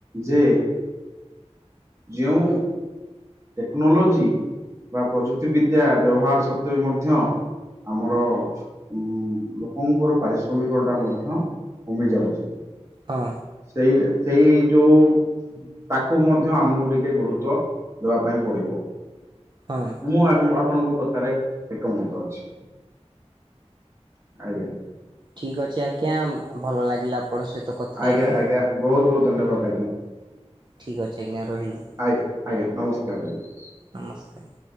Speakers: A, on the right; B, on the right.
A: ଯେ ଯେଉଁ ଟେକ୍ନୋଲୋଜି ବା ପ୍ରଯୁକ୍ତିବିଦ୍ୟା ବ୍ୟବହାର ସତ୍ୱେ ମଧ୍ୟ ଆମର ଉଁ ଲୋକଙ୍କର ପାରିଶ୍ରମିକ ଟା ମଧ୍ୟ କମି ଯାଉଚି।
B: ହଁ
A: ସେଇଟା ସେଇ ଯୋଉ ତାକୁ ମଧ୍ୟ ଆମୁକୁ ଟିକେ ଗୁରୁତ୍ବ ଦବା ପାଇଁ ପଡିବ।
B: ହଁ।
A: ମୁଁ ଆପଣଙ୍କ କଥାରେ ଏକମତ ଅଛି। ଆଜ୍ଞା।
B: ଠିକ୍ ଅଛି ଆଜ୍ଞା, ଭଲ ଲାଗିଲା ଆପଣଙ୍କ ସହିତ କଥା ହେଇକି
A: ଆଜ୍ଞା-ଆଜ୍ଞା ବହୁତ୍-ବହୁତ୍ ଧନ୍ୟବାଦ୍ ଆଜ୍ଞା।
B: ଠିକ୍ ଅଛି ଆଜ୍ଞା ରହିଲି
A: ଆଜ୍ଞା-ଆଜ୍ଞା ନମସ୍କାର୍ ଆଜ୍ଞା।
B: ନମସ୍କାର୍।